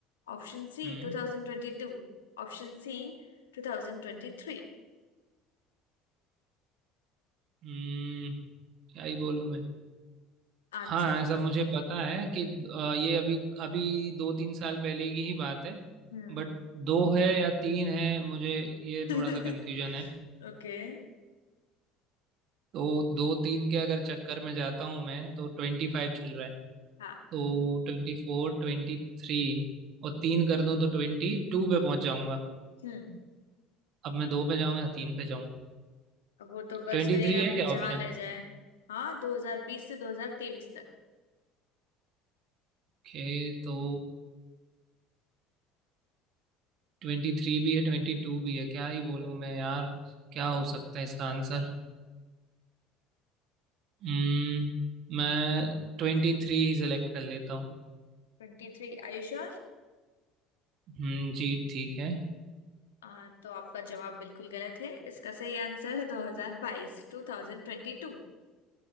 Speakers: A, on the left; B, on the right.
A: option C
B: हम्म
A: 2022 option C 2023
B: हम्म क्या ही बोलूं मैं
A: Answer
B: हाँ ऐसा मुझे पता है कि अ, ये अभी अभी दो तीन साल पहले की ही बात है
A: Hmm
B: बट दो है या तीन है मुझे ये
A: <laughs>
B: थोड़ा सा कन्फ्यूजन है
A: Okay
B: तो दो तीन के अगर चक्कर में जाता हूँ मैं तो ट्वेंटी फाइव चल रहा है
A: हाँ
B: तो ट्वेंटी फोर ट्वेंटी थ्री और तीन कर दूं तो ट्वेंटी टू पे पहुंच जाऊंगा
A: हम्म
B: अब मैं दो पे जाऊं या तीन पे जाऊं
A: अब वो तो गट्स
B: ट्वेंटी
A: फीलिंग
B: थ्री है
A: आपकी
B: क्या
A: जहां
B: ऑप्शन
A: ले जाए हाँ 2020 से 2023 तक
B: ओके तो ट्वेंटी थ्री भी है ट्वेंटी टू भी है क्या ही बोलूं मैं यार क्या हो सकता है इसका आंसर हम्म मैं ट्वेंटी थ्री ही सिलेक्ट कर लेता हूँ
A: 23 आर यू श्योर
B: हम्म जी ठीक है
A: आ, तो आपका जवाब बिल्कुल गलत है इसका सही आंसर है 2022 2022 ट्वेंटी टू।